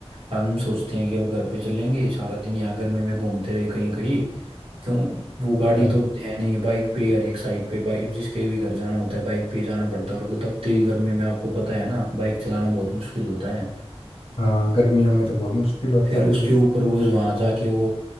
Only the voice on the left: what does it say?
हाँ
हाँ, गर्मियों में तो बहुत मुश्किल होता
है ये तो